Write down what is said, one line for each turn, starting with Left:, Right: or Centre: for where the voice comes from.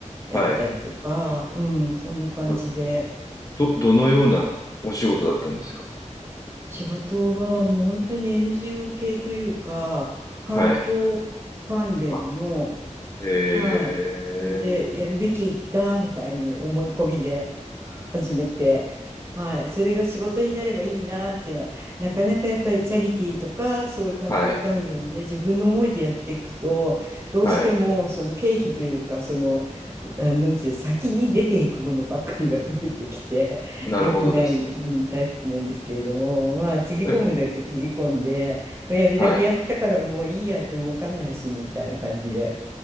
Right: やったりとか、
Left: はい。
Right: うん、そんな感じで、
Left: あど、どのようなお仕事だったんですか
Right: 仕事はもう本当に NGO 系というか、環境関連の、
Left: はい。あえー、
Right: はい。自分でやるべきだみたいに思い込みで <laughs> 始めて、はい。それが仕事になればいいなっていうのは、なかなかやっぱりチャリティーとか、そういう環境関連で自分の思いでやっていくと、
Left: はい、
Right: どうしてもその経費というか、
Left: はい。
Right: その、あ、なんていう、先に出ていくものばっかりが増えてきて、<laughs>
Left: なるほどですね。
Right: 良くない、うんタイプなんですけれども、まあ、つぎ込むだけつぎ込んで、
Left: え、
Right: まあやるだけやったからもういいやってもわかんないし、
Left: はい。
Right: みたいな感じで。